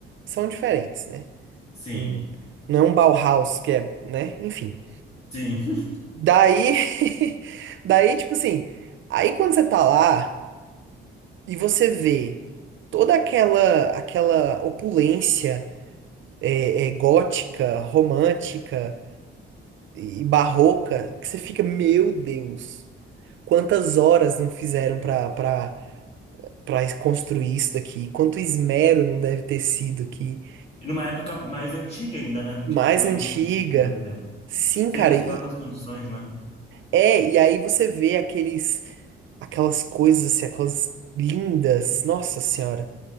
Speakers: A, on the right (about 65°); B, on the left (about 30°).
A: são diferentes, né?
B: Sim.
A: Hum, Não é um Bauhaus que é, né? Enfim.
B: Sim. <laughs>
A: Daí, <laughs> daí, tipo assim, aí quando você tá lá e você vê toda aquela aquela opulência é, é, gótica, romântica e barroca, que você fica, meu Deus, quantas horas não fizeram pra, pra, pra construir isso daqui, quanto esmero não deve ter sido que
B: E numa época mais antiga ainda, né, do
A: mais
B: que foi
A: antiga.
B: construído aqui, por exemplo.
A: Sim,
B: Sem
A: cara, e
B: tantas condições, né?
A: É, e aí você vê aqueles, aquelas coisas assim, aquelas lindas. Nossa Senhora.